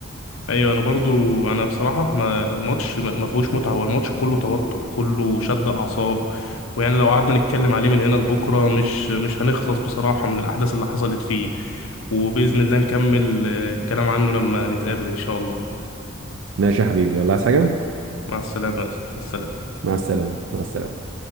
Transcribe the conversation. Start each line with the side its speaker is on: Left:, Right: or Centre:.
Left: ايوه انا برضو انا بصراحه ما الماتش ما ما فيهوش متعه هو الماتش كله توتر كله شد اعصاب ويعني لو قعدنا نتكلم عليه من هنا لبكره مش مش هنخلص بصراحه من الاحداث اللي حصلت فيه وباذن الله نكمل آه، الكلام عنه لما نتقابل ان شاء الله
Right: ماشي يا حبيبي والله عايز حاجه
Left: مع السلامه يا أسطى. مع السلامه
Right: مع السلامه مع السلامه